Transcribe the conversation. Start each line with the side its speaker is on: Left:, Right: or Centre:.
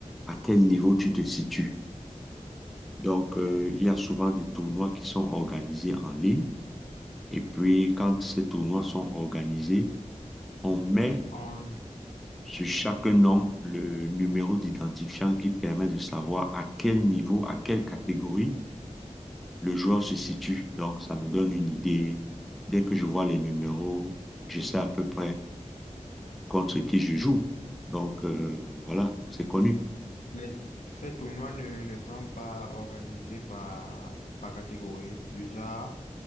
Centre: à quel niveau tu te situes. Donc, euh, il y a souvent des tournois qui sont organisés en ligne. Et puis, quand ces tournois sont organisés, on met
Left: oui.
Centre: sur chaque nom le numéro d'identifiant qui permet de savoir à quel niveau, à quelle catégorie le joueur se situe. Donc, ça me donne une idée. Dès que je vois les numéros, je sais à peu près contre qui je joue. Donc, euh, voilà, c'est connu.
Left: Les, ces tournois ne, ne sont pas organisés par, par catégorie, du genre